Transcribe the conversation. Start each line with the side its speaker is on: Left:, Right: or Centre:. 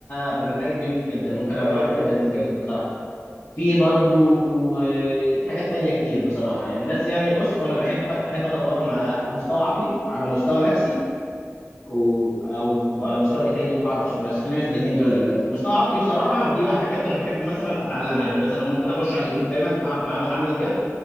Left: برنامج جميل جدا ممكن ابقى
Right: لا
Left: ابعته
Right: لا جامد
Left: لك لذيذ
Right: بجد
Left: جدا بصراحه في برضو آه، حاجات تانية كتير بصراحة يعني بس يعني بص أنا بحب أحب أطورهم على مستوى عقلي على مستوى نفسي و... أو على مستوى إيه تاني ما أعرفش بس خلينا في الاتنين دول دلوقتي مستوى عقلي بصراحة دي بقى حاجات أنا بحب مثلا أتعلمها يعني مثلا ممكن أخش على اليوتيوب دايما أعرف معلومات عامة زيادة